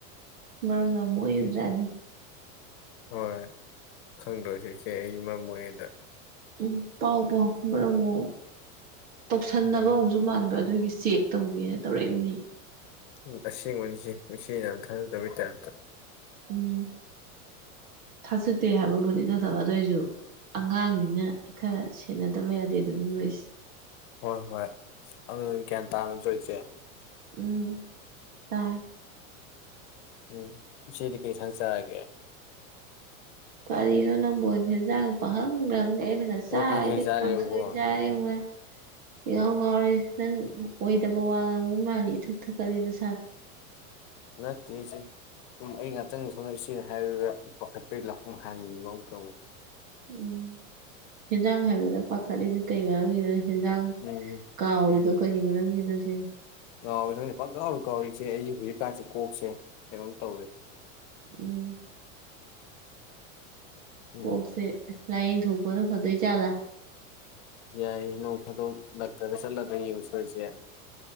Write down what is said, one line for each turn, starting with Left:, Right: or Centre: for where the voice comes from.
Right: ꯃꯔꯝ ꯌꯥꯝ ꯃꯥꯛꯏꯕꯖꯥꯠꯅꯤ
Left: ꯍꯣꯏ ꯈꯪꯗꯣꯏꯁꯤ ꯏꯆꯦ ꯆꯦ ꯑꯩ ꯃꯔꯝ ꯃꫭꯛꯏꯗꫭ
Right: ꯎꯝ ꯄꯥꯎ ꯄꯥꯎ ꯃꯔꯝ ꯑꯃꯨꯛꯑꫭ ꯇꯧꯁꯟꯅꯕ
Left: ꯎꯝ
Right: ꯑꯃꯨꯛꯁꯨ ꯃꯥꯟꯕ ꯑꯗꯨꯒꯤ ꯆꯦꯛ ꯇꯧꯒꯦꯅ ꯇꯧꯔꯛꯏꯕꯅꯤ
Left: ꯎ ꯑꯁꯦꯡꯕꯅꯤ ꯆꯦ ꯏꯆꯦ ꯌꯥꯝ ꯊꯥꯖꯗꯕꯩ ꯇꯥꯏꯞꯇ
Right: ꯎꯝ ꯊꯥꯖꯗꯦ ꯍꯥꯏꯕꯕꯨꯗꯤ ꯅꯠꯇꯕ ꯑꯗꯨꯑꯣꯏꯁꯨ ꯑꯉꯥꯡꯅꯤꯅ ꯈꯔ ꯁꯦꯅꯗꯕ ꯌꯥꯗꯦꯗꯅ ꯅꫭꯏꯁꯦ
Left: ꯍꯣꯏ ꯍꯣꯏ ꯑꯗꯨ ꯑꯩ ꯒ꯭ꯌꯥꯟ ꯇꯥꯕ ꯅꯠꯇ꯭ꯔꫭ ꯏꯆꯦ
Right: ꯎꯝ ꯇꯥꯏ
Left: ꯎꯝ ꯏꯆꯦꯗꯤ ꯀꯩ ꯏꯟꯁꯥꯡ ꯆꯥꯔꯒꯦ
Right: ꯀꯔꯤꯅꯣ ꯅꯪꯕꫭ ꯍꯦꯟꯖꯥꯡ ꯄꯍꯪꯗ ꯍꯪ ꯂꯩ ꯑꯩ ꯉꯁꯥꯏꯗꯩ
Left: ꯑꯣ ꯀꯥꯡꯁꯣꯏ ꯆꯥꯔꯦꯕꯀꯣ
Right: ꯀꯥꯡꯁꯣꯏ ꯆꯥꯏ <unintelligible> ꯏꯉꯥꯎ ꯉꯥꯎꯔꯦ
Left: ꯎꯝ
Right: ꯅꯪ ꯑꯣꯏꯗꯕ ꯋꯥ ꯉꯥꯡꯕ ꯃꯥꯜꯂꯤ ꯏꯊꯛ ꯊꯛꯀꯠꯂꯦ ꯅꯁꯥꯗꫭ
Left: ꯅꯠꯇꯦ ꯏꯆꯦ ꯁꯨꯝ ꯑꯩ ꯉꯥꯇꯪ ꯁꫭꯝꯗ ꯏꯆꯦꯅ ꯍꯥꯏꯕꯗꯨꯗ ꯄꯥꯈꯠꯄꯩ ꯂꯥꯛꯀꯨꯝ <unintelligible>
Right: ꯎꯝ ꯍꯦꯟꯖꯥꯡ ꯍꯥꯏꯕꯗ ꯄꯥꯈꯠꯂꯤꯁꯦ ꯀꯩ ꯃꯔꯣꯝꯒꯤꯅꯣ ꯍꯦꯟꯖꯥꯡ
Left: ꯎꯝ
Right: ꯀꯥꯥꯎꯔꯤꯗꫭ
Left: ꯎꯝ
Right: ꯀꯔꯤ ꯃꯔꯝꯒꯤꯅꫭ ꯁꯤꯅꯤ
Left: ꯀꯥꯎꯋꯦ ꯈꯪꯗꯦ ꯄꯪꯀꯥꯎꯗ ꯀꯥꯎꯋꯤ ꯏꯆꯦ ꯑꯩ ꯍꯧꯖꯤꯛꯀꯥꯟꯁꯦ ꯀꯣꯛꯁꯦ ꯀꯩꯅꯣꯝ ꯇꯧꯔꯦ
Right: ꯎꯝ
Left: ꯎꯝ
Right: ꯀꯣꯛꯁꯦ ꯂꯥꯏꯌꯦꯡꯊꯣꯛꯄꯅ ꯐꯗꫭꯏ ꯖꯥꯠꯂꯥ
Left: ꯌꯥꯏꯌꯦ ꯅꯣꯡ ꯐꯥꯗꯣꯛ ꯅꯛꯇꯗ ꯆꯠꯂꯒ ꯌꯦꯡꯉꯨ <unintelligible>